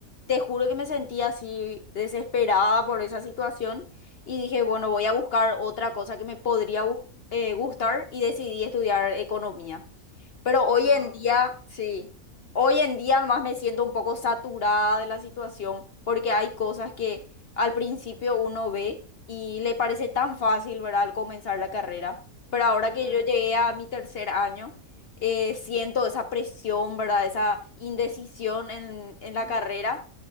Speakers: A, on the left (about 55°); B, on the right (about 30°).
A: te juro que me sentí así desesperada por esa situación y dije, bueno, voy a buscar otra cosa que me podría gus- eh, gustar y decidí estudiar economía. Pero hoy
B: Wow,
A: en día, sí, hoy en día nomás me siento un poco saturada de la situación porque hay cosas que al principio uno ve y le parece tan fácil, ¿verdad? Al comenzar la carrera. Pero ahora
B: claro.
A: que yo llegué a mi tercer año, eh, siento esa presión, ¿verdad? Esa indecisión en, en la
B: Ujú,
A: carrera